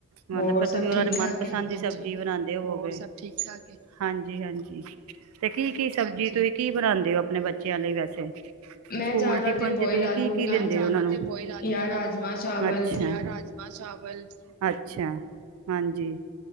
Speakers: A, on the right; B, on the left.
A: ਮਤਲਬ
B: ਹੋਰ
A: ਫੇਰ ਤੁਸੀਂ
B: ਸਭ
A: ਉਹਨਾਂ
B: ਠੀਕ
A: ਨੇ
B: ਠਾਕ
A: ਮਨਪਸੰਦ
B: ਏ
A: ਦੀ ਸਬਜ਼ੀ ਬਣਾਉਂਦੇ ਹੋਵੋਗੇ ਹੋਰ ਸਭ ਠੀਕ ਠਾਕ ਹਾਂਜੀ ਹਾਂਜੀ ਤੇ ਕੀ ਕੀ ਸਬਜ਼ੀ ਤੁਸੀਂ ਕੀ ਬਣਾਉਦੇ ਹੋ ਆਪਣੇ ਬੱਚਿਆਂ ਲਈ ਵੈਸੇ। ਸਕੂਲ
B: ਮੈਂ ਜ਼ਿਆਦਾ
A: ਟੀਫਨ
B: ਤੇ ਬੋਇਲ
A: ਚ ਤੁਸੀ
B: ਆਲੂ
A: ਕੀ
B: ਬਣਾਉਦੀ
A: ਕੀ ਦੇਂਦੇ ਹੋ
B: ਹਾਂ
A: ਉਹਨਾਂ ਨੂੰ ਬੋਇਲ ਆਲੂ
B: ਯਾ
A: ਬਣਾਨੀ
B: ਰਾਜਮਾਂ
A: ਹਾਂ
B: ਚਾਵਲ
A: ਜਾਂ ਰਾਜਮਾ ਰਾਜਮਾ ਚਾਵਲ ਅੱਛਾ ਹਾਂਜੀ,